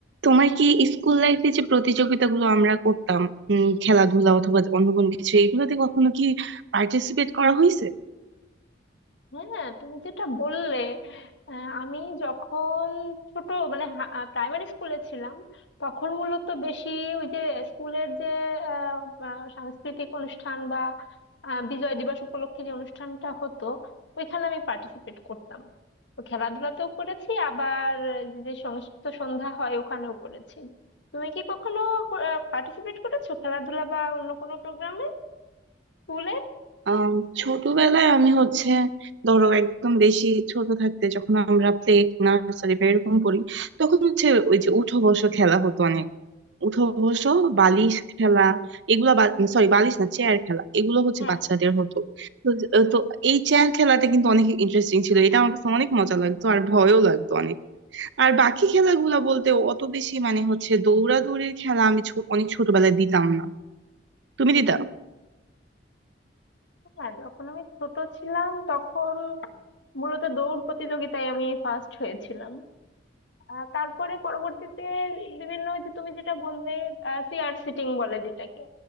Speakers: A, on the right; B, on the left.
A: তোমার কি স্কুল লাইফে যে প্রতিযোগিতাগুলো আমরা করতাম উম খেলাধুলা অথবা অন্য কোনো কিছু এগুলোতে কখনো কি পার্টিসিপেট করা হয়েছে
B: হ্যাঁ তুমি যেটা বললে আহ, আমি যখন ছোট মানে প্রাইমারি স্কুলে ছিলাম তখন মূলত বেশি ওই যে স্কুলের যে আহ, আহ, সাংস্কৃতিক অনুষ্ঠান বা আহ, বিজয় দিবস উপলক্ষে যে অনুষ্ঠানটা হতো ওইখানে আমি পার্টিসিপেট করতাম তো খেলাধুলাতেও করেছি আবার যে যে সংস্কৃত সন্ধ্যা হয় ওখানেও করেছি তুমি কি কখনো পার্টিসিপেট করেছো খেলাধুলা বা অন্য কোনো প্রোগ্রামে স্কুলের
A: আম, ছোটবেলায় আমি হচ্ছে ধরো একদম বেশি ছোট থাকতে যখন আমরা প্লে নার্সারি বা এরকম পড়ি তখন হচ্ছে ওই যে উঠো বসো খেলা হতো অনেক উঠো বসো বালিশ খেলা এগুলো সরি বালিশ না চেয়ার খেলা এগুলো হচ্ছে
B: হ্যাঁ
A: বাচ্চাদের হতো তো তো এই চেয়ার খেলাটা কিন্তু অনেক ইন্টারেস্টিং ছিল এটা আমার কাছে অনেক মজা লাগতো আর ভয়ও লাগতো অনেক আর বাকি খেলাগুলা বলতে অত বেশি মানে হচ্ছে দৌড়াদৌড়ির খেলা আমি ছো- অনেক ছোটবেলায় দিতাম না তুমি দিতা
B: হ্যাঁ যখন আমি ছোট ছিলাম তখন মূলত দৌড় প্রতিযোগিতায় আমি ফার্স্ট হয়েছিলাম আহ, তারপরে পরবর্তীতে বিভিন্ন ওই যে তুমি যেটা বললে চেয়ার সিটিং বলে যেটাকে